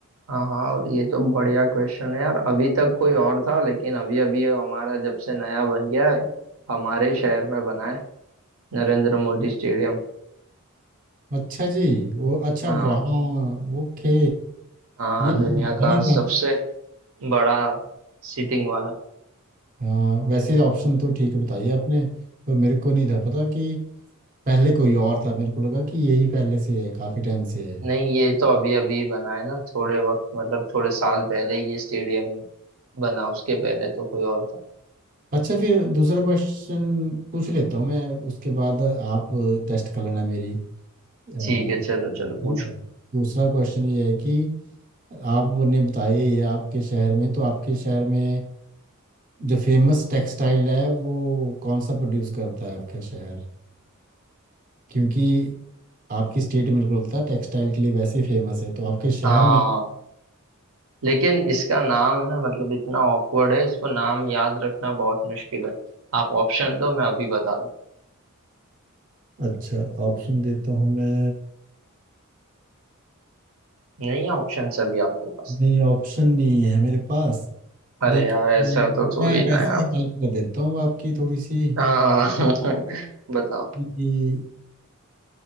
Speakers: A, on the right; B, on the right.
A: हाँ हाँ ये तो बढ़िया क्वेश्चन है यार अभी तक कोई और था लेकिन अभी अभी हमारा जब से नया बन गया है हमारे शहर में बना है नरेंद्र मोदी स्टेडियम
B: अच्छा जी वो अच्छा
A: हाँ
B: वहाँ ओके
A: हाँ
B: ये
A: दुनिया
B: मुझे पता
A: का
B: नहीं
A: सबसे बड़ा सीटिंग वाला
B: हाँ वैसे ऑप्शन तो ठीक बताइए आपने पर मेरे को नहीं था पता कि पहले कोई और था मेरे को लगा कि यही पहले से है काफ़ी टाइम से है
A: नहीं ये तो अभी अभी बना है ना थोड़े वक्त मतलब थोड़े साल पहले ही ये स्टेडियम बना उसके पहले तो कोई और था
B: अच्छा फिर दूसरा क्वेश्चन पूछ लेता हूँ मैं उसके बाद आप टेस्ट कर लेना मेरी अ,
A: ठीक है चलो चलो पूछो
B: दूसरा क्वेश्चन ये है कि आपने बताया ये आपके शहर में तो आपके शहर में जो फेमस टेक्सटाइल है वो कौन सा प्रोड्यूस करता है आपका शहर क्योंकि आपकी स्टेट मेरे को लगता है टेक्सटाइल के लिए वैसे ही फेमस है तो आपके शहर
A: हाँ
B: में
A: लेकिन इसका नाम है ना मतलब इतना ऑकवर्ड है इसको नाम याद रखना बहुत मुश्किल है आप ऑप्शन दो मैं अभी बता दूं
B: अच्छा ऑप्शन देता हूँ मैं
A: नहीं है ऑप्शन अभी आपके पास
B: नहीं ऑप्शन नहीं है मेरे पास
A: अरे
B: लेकिन
A: यार ऐसा तो थोड़ी
B: मैं वैसे
A: ना है आप
B: हेल्प कर देता हूँ आपकी थोड़ी सी
A: हाँ <laughs> बताओ
B: कि